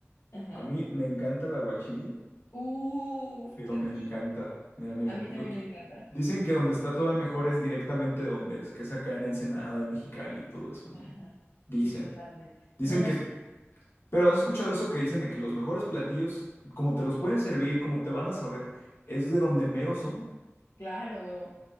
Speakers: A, on the left; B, on the left.
A: Ajá.
B: a mí me encanta el aguachile,
A: Uf,
B: pero
A: qué
B: me
A: rico.
B: encanta. Mira, mira,
A: A mí
B: yo
A: también
B: qui-
A: me encanta.
B: dicen que donde está todavía mejor es directamente donde es, que es acá en Ensenada y Mexicali y todo eso, ¿no?
A: Ajá.
B: Dicen.
A: Sí, totalmente.
B: Dicen
A: No,
B: que,
A: sí,
B: pero has escuchado eso que dicen de que los mejores platillos, como te los pueden servir, como te van a saber, es de donde mero son.
A: claro,